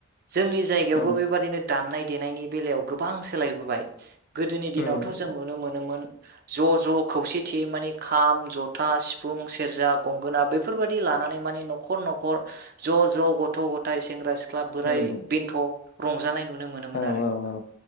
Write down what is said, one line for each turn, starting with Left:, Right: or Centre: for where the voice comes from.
Right: जोंनि जायगायावबो
Left: उम
Right: बेबायदिनो दामनाय देनायनि बेलायाव गोबां सोलायबोबाय गोदोनि दिनावथ'
Left: उम
Right: जों नुनो मोनोमोन ज' ज' खौसेथियै माने खाम जथ - जथा सिफुं सेरजा गंगोना बेफोरबायदि लानानै माने न'खर न'खर ज' ज' गथ' गथा गथाय सेंग्रा सि सिख्ला
Left: उम
Right: बोराय बेन्थ' रंजानाय नुनो मोनोमोन
Left: औ
Right: आरो
Left: औ